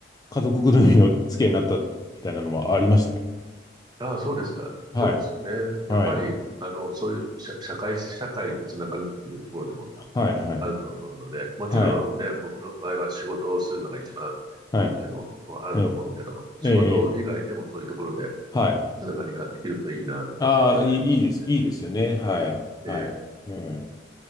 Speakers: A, on the left; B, on the right.
A: 家族ぐるみの付き合いになったみたいなのもありましたよ。
B: ああ、そうですか。
A: はい。
B: そうですよね。やっぱり、
A: はい。
B: あの、そういう社、社会、社会とつながるっていうところでも
A: はい。はい。
B: あると思うので、もちろんね、
A: はい。
B: 僕の場合は仕事をするのが一番いいっていうのもあると思うけど、
A: はい。ええ、
B: 仕事以外でもそういうところで
A: ええ、ええはい。
B: つながりができるといいなって思いますよ
A: ああ、いい、いいです。いいですよね。はい。はい。
B: ね。で、
A: うん。